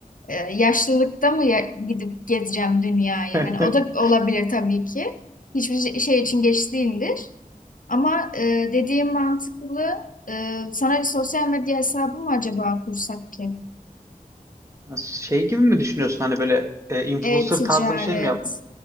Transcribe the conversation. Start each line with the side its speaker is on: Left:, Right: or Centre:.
Left: E, yaşlılıkta mı ya- gidip gezeceğim dünyayı?
Right: <laughs>
Left: Hani o da olabilir tabii ki. Hiçbir şey şey için geç değildir. Ama e, dediğim mantıklı. E, sana bir sosyal medya hesabı mı acaba kursak ki?
Right: Şey gibi mi düşünüyorsun hani böyle e, influencer
Left: E-ticaret.
Right: tarzı bir şey mi yap,